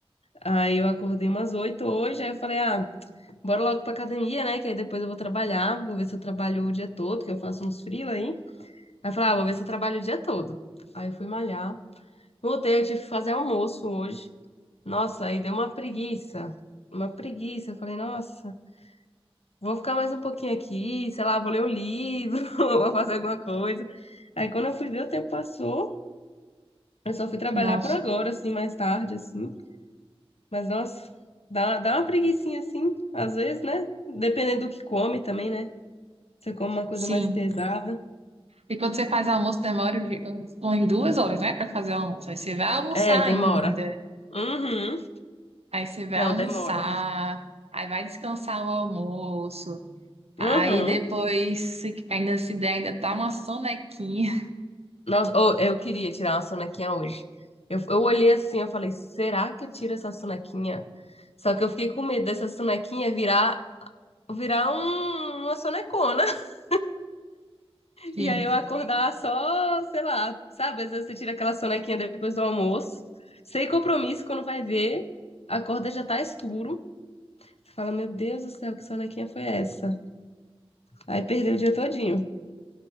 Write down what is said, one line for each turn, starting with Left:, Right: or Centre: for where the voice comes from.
Left: Aí eu acordei umas oito hoje. Aí eu falei, ah, bora logo pra academia, né? Que aí depois eu vou trabalhar. Vou ver se eu trabalho o dia todo, que eu faço uns freela aí. Aí eu falei, ah, vou ver se eu trabalho o dia todo. Aí eu fui malhar. Voltei, eu tive que fazer almoço hoje. Nossa, aí deu uma preguiça. Uma preguiça. Eu falei, nossa, vou ficar mais um pouquinho aqui, sei lá, vou ler um livro, <laughs> vou fazer alguma coisa. Aí quando eu fui ver, o tempo passou. Eu só fui trabalhar
Right: Nossa,
Left: por agora, assim, mais tarde, assim. Mas, nossa, dá, dá uma preguicinha, assim, às vezes, né? Dependendo do que come também, né? Você come uma coisa
Right: sim.
Left: mais pesada.
Right: E quando você faz almoço, demora de- umas duas horas, né, para fazer o almoço. Aí você vai almoçar
Left: É, demora.
Right: ainda.
Left: Uhum.
Right: Aí você vai
Left: Não,
Right: almoçar.
Left: demora.
Right: Aí vai descansar o almoço. Aí
Left: Uhum.
Right: depois, se- ainda se der, ainda tá uma sonequinha.
Left: Nossa, ô, eu queria tirar uma sonequinha hoje. Eu, eu olhei assim, eu falei, será que eu tiro essa sonequinha? Só que eu fiquei com medo dessa sonequinha virar, virar um- uma sonecona. <laughs>
Right: <laughs> Sim.
Left: E aí eu acordar só, sei lá, sabe? Às vezes você tira aquela sonequinha depois do almoço, sem compromisso, quando vai ver, acorda já tá escuro. Você Fala, meu Deus do céu, que sonequinha foi essa? Aí perdeu o dia todinho.